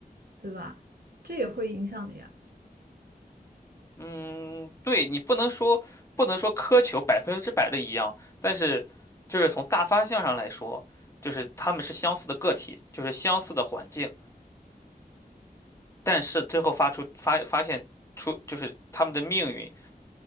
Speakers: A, on the right; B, on the left.
A: 对吧？这也会影响的呀。
B: 嗯，对，你不能说不能说苛求百分之百的一样，但是就是从大方向上来说，就是他们是相似的个体，就是相似的环境，但是最后发出发发现出就是他们的命运。